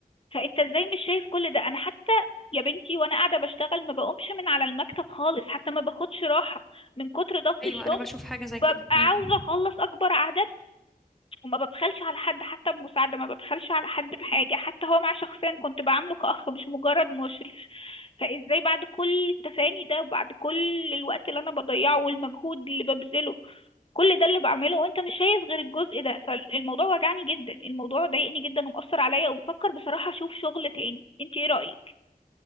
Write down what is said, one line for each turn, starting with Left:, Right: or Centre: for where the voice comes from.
Left: فانت ازاي مش شايف كل ده انا حتى يا بنتي وانا قاعده بشتغل ما بقومش من على المكتب خالص حتى ما باخدش راحه من كتر ضغط
Centre: ايوه
Left: الشغل
Centre: انا بشوف حاجه زي كده
Left: ببقى عاوزه
Centre: مم.
Left: اخلص اكبر اعداد وما ببخلش على حد حتى بمساعده ما ببخلش على حد بحاجه حتى هو مع شخصيا كنت بعامله كاخ مش مجرد مشرف فازاي بعد كل التفاني ده وبعد كل الوقت اللي انا بضيعه والمجهود اللي ببذله كل ده اللي بعمله وانت مش شايف غير الجزء ده فالموضوع وجعني جدا الموضوع ضايقني جدا ومأثر عليا وبفكر بصراحة اشوف شغل تاني انت ايه رأيك